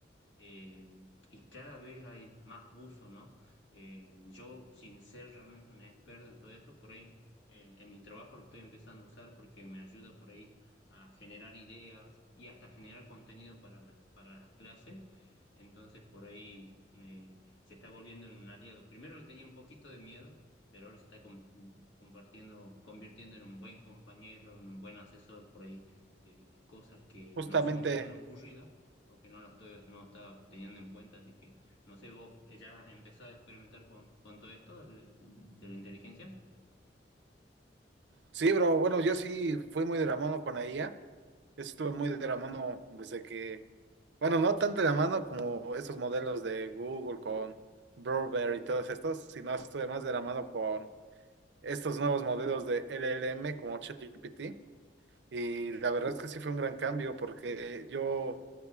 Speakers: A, on the left; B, on the right.
A: eh, y cada vez hay más uso, ¿no? Eh, yo, sin ser realmente un experto en todo eso, por ahí en, en mi trabajo lo estoy empezando a usar porque me ayuda por ahí a generar ideas y hasta generar contenido para las, para las clases. Entonces, por ahí eh, se está volviendo en un aliado. Primero le tenía un poquito de miedo, pero ahora se está com- compartiendo, convirtiendo en un buen compañero, en un buen asesor por ahí de de cosas que
B: Justamente,
A: no se me hubieran ocurrido o que no la estoy, no está teniendo en cuenta, así que no sé, vos eh, ya has empezado a experimentar con, con todo esto del- de la inteligencia.
B: sí, bro. Bueno, yo sí fui muy de la mano con la IA. Estuve muy de la mano desde que, bueno, no tanto de la mano como estos modelos de Google con Burberry y todos estos, sino estuve más de la mano con estos nuevos modelos de LLM como ChatGPT. Y la verdad es que sí fue un gran cambio porque eh, yo